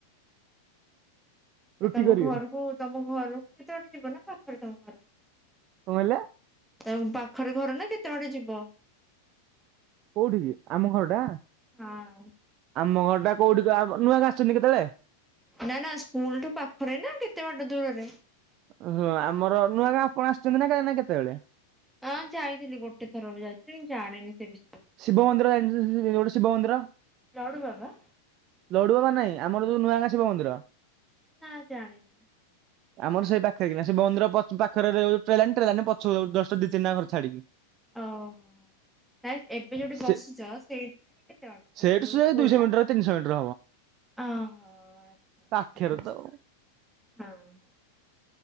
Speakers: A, on the right; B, in the centre.
A: <inaudible>
B: ଆଉ ତମ
A: କରିବେ।
B: ଘରକୁ ତମ ଘର କେତେ ବାଟ ଯିବ ନା ପାଖରେ ତମ ଘର।
A: କଣ ହଲେ?
B: ତାଙ୍କ ପାଖରେ ଘର ନା କେତେ ବାଟ ଯିବ?
A: କଉଠି କି, ଆମ ଘର ଟା
B: ହଁ।
A: ଆମ ଘରଟା କଉଠି ତ, ନୂଆଁ ଗାଁ ଆସଛନ୍ତି କେତେବେଳେ?
B: ନା ନା, ସ୍କୁଲଠୁ ପାଖରେ ନା କେତେ ବାଟ ଦୂରରେ?
A: ଓହୋ। ଆମର ନୂଆ ଗାଁ ଆପଣ ଆସିଛନ୍ତି ନା କାଁଇଁ ନା କେତେବେଳେ?
B: ହଁ ଯାଇଥିଲି ଗୋଟେ ଥର ଯାଇଥିଲି କିନ୍ତୁ ଜାଣିନି ସେ ବିଷୟରେ।
A: ଶିବ ମନ୍ଦିର ଜାଣିଚନ୍ତି -ଗୋଟେ ଶିବ ମନ୍ଦିର?
B: ଲଡ଼ୁ ବାବା।
A: ଲଡ଼ୁ ବାବା ନାହିଁ। ଆମର ଯଉ ନୂଆ ଗାଁ ଶିବ ମନ୍ଦିର।
B: ନାଁ ଜାଣିନି।
A: ଆମର ସେଇ ପାଖରେ କିନା, ଶିବ ମନ୍ଦିର ପଛ ପାଖର ରେ ଟ୍ରେନଲାଇନ। ଟ୍ରେନଲାଇନ ପଛ ଯଷ୍ଟ ଦି ତିନିଟା ଘର ଛାଡିକି।
B: ଓହୋ। ନାଇଁ ଏବେ ଯଉଠି ବସିଚ
A: ସେ
B: ସେଇଠୁ ସେଇଟା କେତେ ବାଟ। ତମେ
A: ସେଇଠୁ
B: ଯଉ
A: ସେ
B: ସ୍କୁଲ
A: ଦୁଇଶହ
B: ଟା?
A: ମିଟର ତିନିଶହ ମିଟର
B: ଓହୋ ଆଚ୍ଛା ଆଚ୍ଛା
A: ପାଖେରେ ତ ଆଉ।
B: ହଁ, ହଁ।